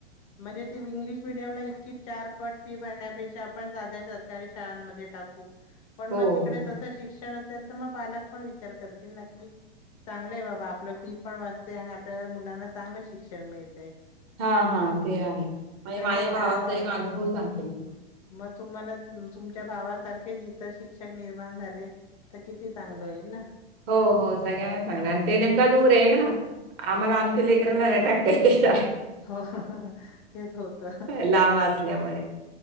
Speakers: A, on the left; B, on the right.
A: म्हणजे इंग्लिश मिडयमला इतकी चारपट. भरण्यापेक्षा आपण साध्या सरकारी शाळांमध्ये टाकू. पण
B: हो,
A: मग तिकडे
B: हो.
A: तस शिक्षण असेल तर मग पालक पण विचार करतील नक्की. चांगलंय बाबा आपलं फी पण वाचते आणि आपल्याला मुलांना चांगलं शिक्षण मिळत.
B: हा हा ते आहे म्हणजे
A: तशा
B: माझ्या भावाचा
A: शाळा व्हायला
B: एक अनुभव सांगते मी तु
A: मग तुम्हाला तुमच्या भावासारखेच इतर शिक्षक निर्माण झाले. तर किती चांगलं होईल ना.
B: हो हो सगळ्यांना सांगणार आणि ते नेमका दूर येईल ना. आम्हाला आमचे लेकर नाही नाही टाकत्याती.
A: हो हो तेच होत
B: लांब असल्यामुळे